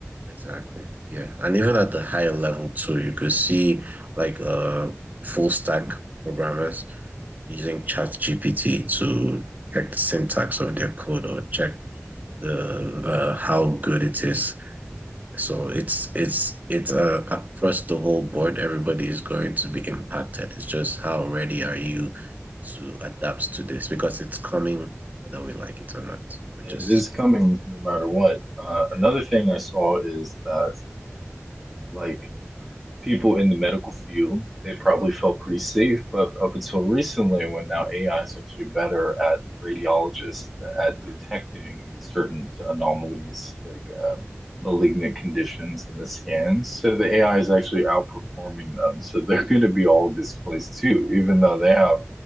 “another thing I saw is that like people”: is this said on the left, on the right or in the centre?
Centre